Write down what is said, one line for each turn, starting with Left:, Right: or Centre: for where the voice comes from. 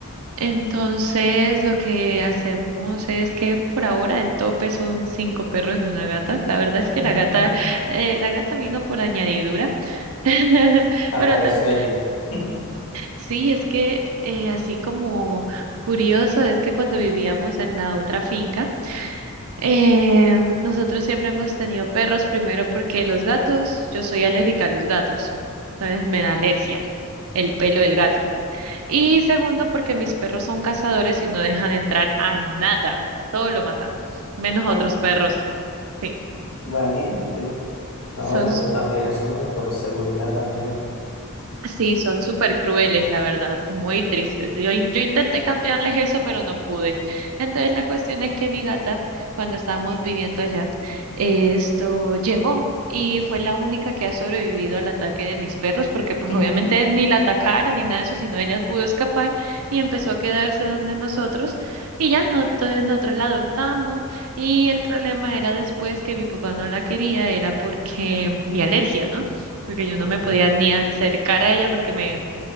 Right: Entonces, lo que hacemos es que por ahora el tope son cinco perros y una gata. La verdad es que
Left: <laughs>
Right: la gata, eh, la gata vino por añadidura. <laughs>
Left: Apareció
Right: Pero te-
Left: allí. <laughs>
Right: sí, es que eh, así como curioso es que cuando vivíamos en la otra finca, eh, nosotros siempre hemos tenido perros, primero porque los gatos, yo soy alérgica a los gatos, entonces me da alergia el pelo del gato. Y segundo, porque mis perros son cazadores y no dejan entrar a nada. Todo lo matan, menos
Left: Ay,
Right: otros perros. Sí,
Left: imagínate. No,
Right: son
Left: bueno, pero también eso es bueno, por seguridad también.
Right: Sí, son súper crueles, la verdad, muy tristes. Yo, yo intenté cambiarles eso, pero no pude. Entonces la cuestión es que mi gata, cuando estábamos viviendo allá, esto llegó y fue la única que ha sobrevivido al ataque de mis perros, porque pues
Left: <laughs>
Right: obviamente ni la atacaron ni nada de eso, sino ella pudo escapar y empezó a quedarse donde nosotros y ya no, entonces nosotros la adoptamos y el problema era después que mi papá no la quería, era porque mi alergia, ¿no? porque yo
Left: Porque,
Right: no me podía ni acercar a ella porque me,